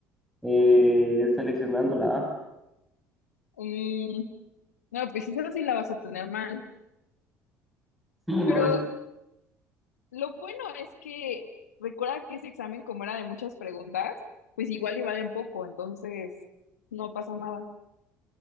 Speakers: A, in the centre; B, on the left (about 80°).
A: eh, seleccionando la A.
B: mm, no, pues esa sí la vas a tener mal.
A: Sí, no,
B: Pero
A: es,
B: lo bueno es que recuerda que ese examen, como era de muchas preguntas, pues igual y valen poco, entonces no pasa nada.